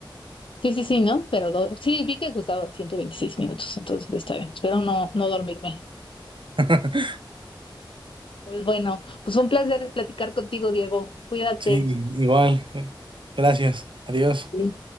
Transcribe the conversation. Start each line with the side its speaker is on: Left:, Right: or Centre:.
Left: Sí, sí, sí, ¿no? Pero do- sí, vi que gustaba 126 minutos, entonces está bien. Espero no, no dormirme.
Right: <laughs>
Left: Pues bueno, pues fue un placer platicar contigo, Diego. Cuídate.
Right: Sí, igual. eh, Gracias. Adiós.
Left: Sí.